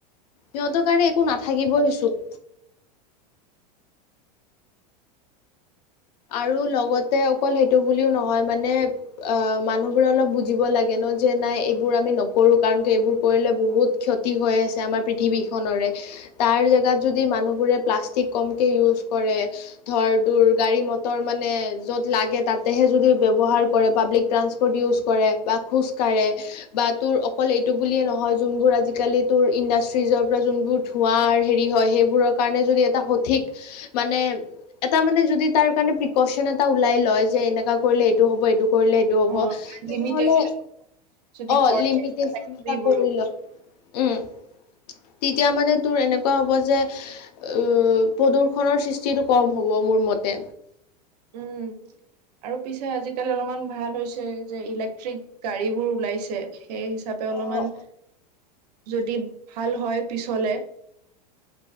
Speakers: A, on the left; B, on the right.
A: সিহঁতৰ কাৰণে একো নাথাকিবইচোন। আৰু লগতে অকল সেইটো বুলিও নহয় মানে। অ', মানুহবোৰে অলপ বুজিব লাগে ন যে নাই এইবোৰ আমি নকৰোঁ। কাৰণ এইবোৰ কৰিলে বহুত- ক্ষতি হৈ আছে, আমাৰ পৃথিৱীখনৰে। তাৰ জেগাতে, যদি মানুহবোৰে প্লাষ্টিক কমকে ইউজ কৰে ধৰ, তৰ গাড়ী ম- ৰ মানে য'ত লাগে, তাতেহে যদি ব্যৱহাৰ কৰে। পাব্লিক ট্ৰানসপৰ্ট ইউজ কৰে। বা খোজ কাঢ়ে। বা তোৰ অকল এইটো বুলিয়ে নহয়, যোনবোৰ আজিকালি তোৰ ইণ্ডাষ্ট্ৰিজৰ পৰা যোনবোৰ- ধোঁৱাৰ হেৰি হয়, সেইবোৰৰ কাৰণে যদি এটা সঠিক- মানে, এটা মানে যদি তাৰ কাৰণে- প্ৰিকচন এটা ওলাই লয়, যে এনেকা কৰিলে এইটো হ'ব। এইটো কৰিলে- এইটো হ'ব,
B: অ
A: তেনেহলে
B: লিমিটেচন যদি
A: অ',
B: কৰে
A: লিমিটেচন
B: ফেক্টৰীবোৰো
A: এটা কৰি ল। উম্, তেতিয়া মানে তোৰ এনেকুৱা হ'ব যে। উম্, প্ৰদূ্ষনৰ সৃষ্টিটো কম হ'ব মোৰ মতে।
B: উম্, আৰু পিছে আজিকালি অলপমান ভাল হৈছে যে ইলেক্ট্ৰিক- গাড়ী বোৰ ওলাইছে, সেই হিচাপ- ত, অলপমান
A: অ অ
B: যদি ভাল হয় পিছলে।